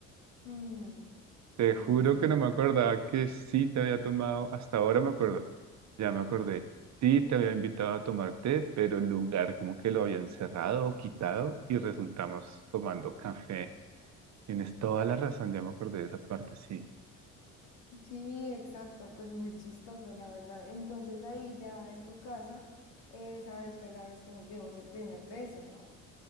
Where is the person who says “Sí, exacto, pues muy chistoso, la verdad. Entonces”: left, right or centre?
Left